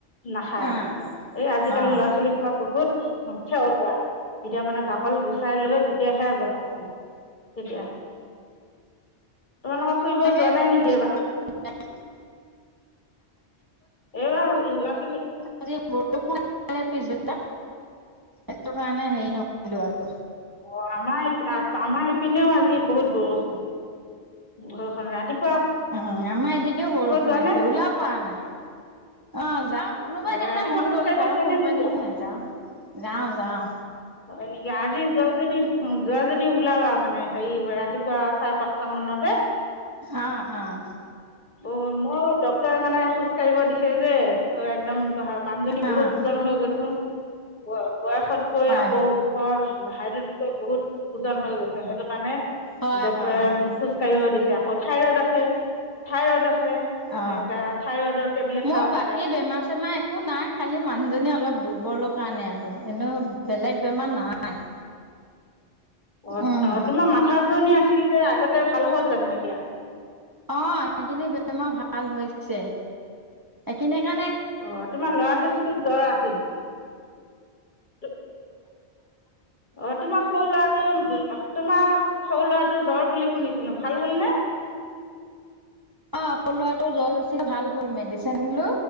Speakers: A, on the left; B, on the right.
A: নাখায়,
B: অ',
A: এই আজিকালি
B: অ'।
A: ল'ৰা ছোৱালী সব বহুত <unintelligible> এতিয়া মানে বাকল গুচাই লৈ তেতিয়াহে বনাইছোঁ। তেতিয়া, তোমালোকৰ ফুৰিব
B: তাকে
A: যোৱা নাই নেকি এবাৰ?
B: <unintelligible>
A: এই হে ল'ৰা ছোৱালী
B: আজি বৰষুণে দিলে পিছবেলা, সেইটো কাৰণে হেৰি নকৰিলো আৰু।
A: অ আমাৰ আমাৰ ইপিনেও আজি বহুত বৰষুণ। বৰষুণ ৰাতিপ
B: উ আমাৰ এইদিগিও বৰষুণ
A: যোৱানে
B: আহিছে ওলাব পৰা নাই, অ যাওঁ। কোনোবাই
A: অঁ
B: দিনাখনে
A: ৰাতিপুৱা
B: মন
A: খোজকাঢ়িব
B: গ'লে যাওঁ,
A: যোৱানে
B: কোনোবাই
A: নোযোৱা
B: দিনাখন নাযাওঁ যাওঁ যাওঁ।
A: হয় নেকি? আজি যোৱা যদি যোৱা যদি ওলাবা মানে হেৰি ৰাতিপুৱা চাৰে পাঁচটা মানতে।
B: অঁ অঁ।
A: অ মই ডক্টৰে মানে খোজ কাঢ়িব দিছে যে ঐ একদম মানুহজনী
B: অ
A: বহুত ওজন হৈ গৈছোঁ ব বয়সতকৈ
B: হয়
A: ওখ হাইটতকৈ বহুত ওজন হৈ গৈছে, সেইটো কাৰণে
B: হয়
A: ডক্টৰে
B: হয় হয়
A: খোজ কঢ়িব দিছে আক ঠাই ৰড আছে, ঠাই ৰড আছে।
B: অ
A: এতিয়া থাইৰইডৰ টেবলেট
B: মোৰ
A: খাওঁ
B: বাকী
A: সদায়
B: বেমাৰ-চেমাৰ একো নাই, খালি মানুহজনী অলপ দুৰ্বল ল কাৰণে আৰু এনেও বেলেগ বেমাৰ নাই।
A: অত
B: উম
A: নত তোমাৰ মাথা ঘূৰি আছিল যে আগতে, ভাল হ'ল জানো এতিয়া?
B: অ সেইখিনি বেমাৰ ভাল হৈছে। এইখিনি কাণেক
A: অ তোমাৰ ল'ৰাটো জ্বৰ চোন আছিল? <unintelligible> অ তোমাৰ সৰু ল'ৰাটো, তোমাৰ সৰু ল'ৰাটো জ্বৰ বুলি শুনিছিলো। ভাল হ'ল নে?
B: অ সৰু ল'ৰাটো জ্বৰ হৈছিল ভাল হ'ল, মেদিচেন লো